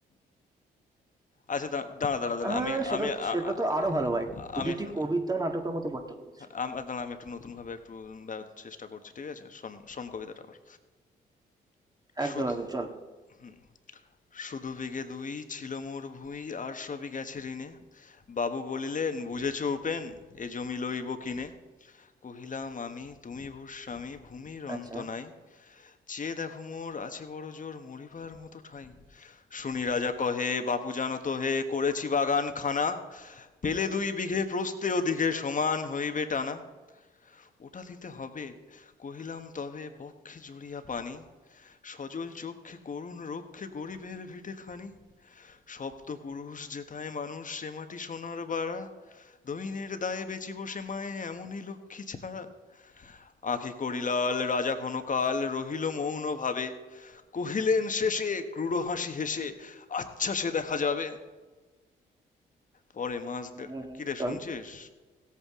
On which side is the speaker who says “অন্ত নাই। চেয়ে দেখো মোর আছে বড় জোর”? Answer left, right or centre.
Left